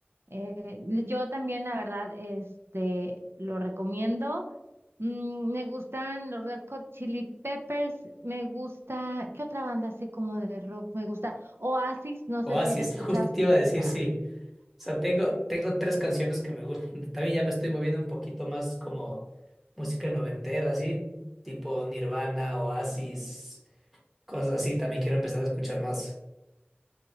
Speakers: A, on the right; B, in the centre.
A: Eh, yo también, la verdad, este, lo recomiendo. Mm, me gustan los Red Hot Chili Peppers, me gusta, ¿qué otra banda así como de rock me gusta? Oasis, no
B: Oasis,
A: sé si la escuchaste.
B: justo te iba a decir,
A: <laughs>
B: sí. O sea, tengo, tengo tres canciones que me gustan. También ya me estoy moviendo un poquito más como música noventera, así, tipo Nirvana, Oasis, cosas así. También quiero empezar a escuchar más.